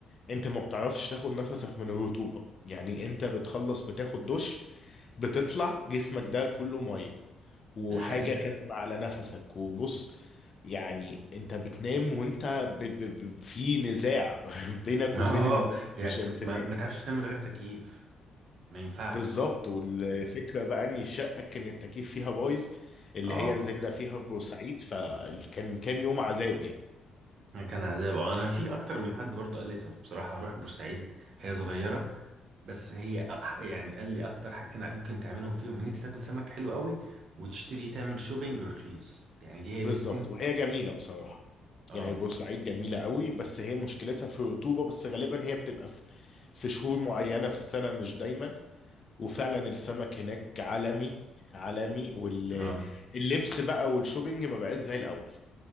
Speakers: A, on the left; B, on the right.
A: انت ما بتعرفش تاخد نفسك من الرطوبة يعني انت بتخلص بتاخد دش بتطلع جسمك ده كله مية وحاجة
B: دي حقيقة
A: كاتمة على نفسك وبص يعني انت بتنام وانت ب... ب... ب... في نزاع <laughs> بينك
B: <laughs> اه
A: وبين النوم
B: يعني
A: مش هتنام
B: ما, ما تعرفش تنام من غير تكييف ما ينفعش
A: بالظبط والفكرة
B: ما ينفع.
A: بقى ان الشقة كان التكييف فيها بايظ اللي
B: اه
A: هي نزلنا فيها في بورسعيد فكان كان يوم عذاب يعني
B: يعني كان عذاب اه انا في اكتر من حد برضه قال لي طب بصراحة روح بورسعيد هي صغيرة بس هي أح- يعني قال لي اكتر حاجتين ممكن تعملهم فيهم ان انت تاكل سمك حلو قوي وتشتري تعمل شوبينج رخيص يعني دي هي
A: بالظبط
B: المستين
A: وهي جميلة بصراحة
B: اه
A: يعني بورسعيد جميلة قوي بس هي مشكلتها في الرطوبة بس غالبا هي بتبقى في في شهور معينة في السنة مش دايما وفعلا السمك هناك عالمي عالمي واللبس
B: اه
A: بقى والشوبينج ما بقاش زي الاول